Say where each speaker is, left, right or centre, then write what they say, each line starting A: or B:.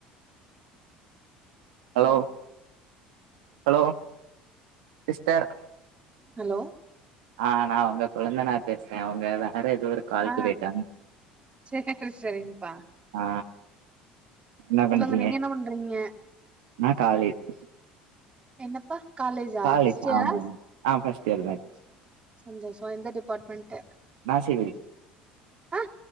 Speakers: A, on the right; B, on the right.
A: ஹலோ ஹலோ சிஸ்டர்
B: ஹலோ
A: ஆ நா உங்க குழந்துனாரு பேசுறே அவங்கதா வேற எதே ஒரு காலுக்கு
B: ஆ
A: போய்ட்டாங்க
B: சேரி சேரிங்கப்பா
A: ஆ என்ன பண்றிக
B: சொல்லுங்க நீங்க என்ன பண்றீங்க
A: நா காலஜ்
B: என்னப்பா காலேஜா
A: காலேஜ்
B: ஃபர்ஸ்ட் இயரா
A: ஆமாமா ஆ பஸ்ட் இயர் தாங் சிஸ்
B: சந்தோஷோ எந்த டிபார்ட்மெண்ட்
A: நா சிவில்
B: ஆ